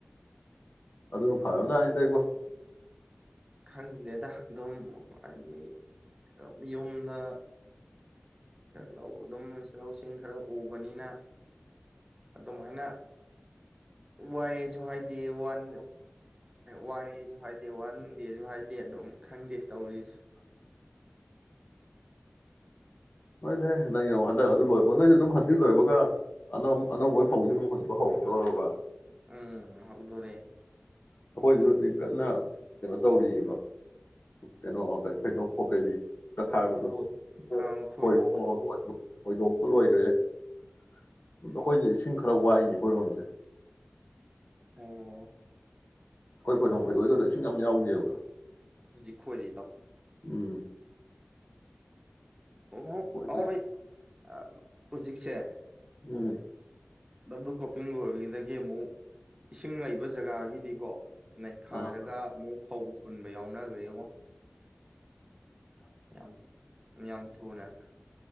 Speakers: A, on the left (about 55°); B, on the right (about 25°).
A: ꯑꯗꯨꯒ ꯐꯔ ꯇꯥꯅꯤꯗ ꯏꯕꯣ
B: ꯈꯪꯗꯦꯗ ꯑꯗꯨꯝ ꯍꯥꯏꯗꯤꯝ ꯌꯨꯝꯗ ꯂꯧ ꯑꯗꯨꯝ ꯂꯧꯁꯤꯡ ꯈꯔ ꯎꯕꯅꯤꯅ ꯑꯗꯨꯃꯥꯏꯅ ꯋꯥꯏ ꯑꯦꯁꯨ ꯍꯥꯏꯗꯦ ꯋꯥꯟ ꯋꯥꯏ ꯑꯦꯁꯨ ꯍꯥꯏꯗꯦ ꯋꯥꯟ ꯑꯗꯨꯦꯁꯨ ꯍꯥꯏꯗꯦ ꯑꯗꯨꯝ ꯈꯪꯗꯦ ꯇꯧꯔꯤꯁꯦ
A: ꯅꯣꯏꯗꯤꯦ ꯅꯪ ꯌꯦꯡꯉꯣ ꯍꯟꯗꯛ ꯑꯗꯨ ꯂꯣꯏꯕ ꯅꯣꯏꯁꯨ ꯑꯗꯨꯝ ꯍꯟꯖꯤꯤ ꯂꯣꯏꯕꯒꯅ ꯑꯅꯧꯕ ꯐꯧꯁ ꯑꯗꯨꯝ ꯍꯖꯤꯕ ꯍꯧꯔꯛꯇꯣꯏꯔꯕ
B: ꯎꯝ ꯍꯥꯎꯗꯣꯣꯔꯦ
A: ꯑꯩꯈꯣꯏꯁꯨ ꯍꯧꯖꯤꯛ ꯀꯟꯅ ꯀꯩꯅꯣ ꯇꯧꯔꯤꯑꯕ ꯀꯩꯅꯣ ꯀꯔꯤ ꯐꯩꯗꯣꯛ ꯈꯣꯀꯩꯔꯤ ꯇ ꯈꯥꯏꯕꯗꯨꯣꯏꯣꯏ
B: ꯈꯣꯏ ꯑꯥ ꯈꯣꯏꯗꯣꯛꯄꯗꯣ
A: ꯍꯣꯏꯗꯣꯛꯄ ꯂꯣꯏꯈ꯭ꯔꯦ ꯑꯩꯈꯣꯏꯗꯤ ꯏꯁꯤꯡ ꯈꯔ ꯋꯥꯏꯅꯤ ꯑꯩꯈꯣꯏꯔꯣꯝꯁꯦ
B: ꯑꯣ
A: ꯍ ꯍꯣꯏ ꯐꯣꯏꯗꯣꯡ ꯐꯣꯏꯗꯣꯛ ꯑꯣꯏꯒꯗ ꯏꯁꯤꯡ ꯌꯥꯝ ꯌꯥꯎꯗꯦꯕ
B: ꯍꯧꯖꯤ ꯈꯣꯏ ꯂꯤꯗ
A: ꯎꯝ
B: ꯑꯣꯃꯨ
A: ꯑꯗꯨꯅ
B: ꯑꯈꯣꯏ ꯑ ꯍꯧꯖꯤ ꯆꯦ
A: ꯃꯅꯦ
B: ꯗꯕ ꯀꯣꯄꯤꯡ ꯑꯣꯏꯣꯕꯤꯗ ꯒꯦꯝꯨ ꯏꯁꯤꯡ ꯂꯩꯕ ꯖꯒꯥꯒꯤꯗꯤꯀꯣ ꯅꯩꯈꯥꯏꯔꯒ
A: ꯑꯥ
B: ꯑꯃꯨꯛ ꯐꯧ ꯐꯨꯟꯕ ꯌꯥꯎꯅꯈ꯭ꯔꯦ ꯌꯦꯡꯉꯣ ꯌꯥꯝ ꯌꯥꯝ ꯊꯣꯅ